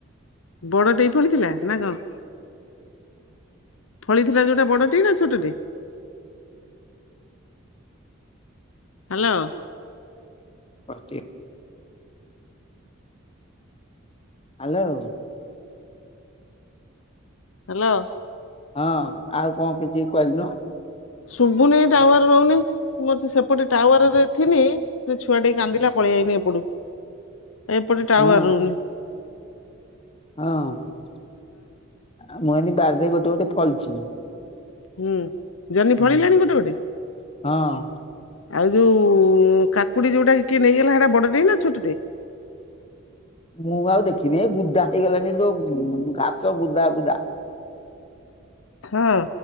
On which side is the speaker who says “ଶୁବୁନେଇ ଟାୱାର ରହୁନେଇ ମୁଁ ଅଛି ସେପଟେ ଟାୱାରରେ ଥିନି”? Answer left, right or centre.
Left